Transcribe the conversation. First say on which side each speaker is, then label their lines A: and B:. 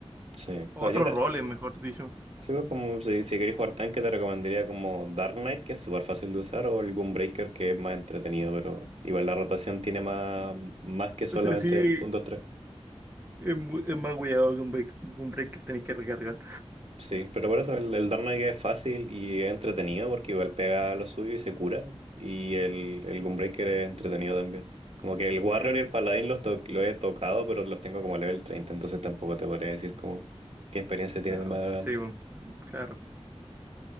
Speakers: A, on the right; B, on the right.
A: Sí. O
B: Otros
A: sea, yo te,
B: roles, mejor dicho.
A: sí, pues, como si, si querés jugar tanque te recomendaría como Dark Knight, que es súper fácil de usar, o el Gunbreaker, que es más entretenido, pero igual la rotación tiene más, más que solamente
B: O sea, sí,
A: un 2,
B: Es, mu- es más cuidado que un break, que un break que tenéis que recargar.
A: Sí, pero por eso el, el Dark Knight es fácil y es entretenido porque igual pega lo suyo y se cura. Y el, el Gunbreaker es entretenido también. Como que el Warrior
B: Eh,
A: y el Paladín los, to- los he tocado, pero los tengo como level 30, entonces tampoco te podría decir como qué experiencia tienen
B: ah,
A: más adelante.
B: sí, bueno, claro.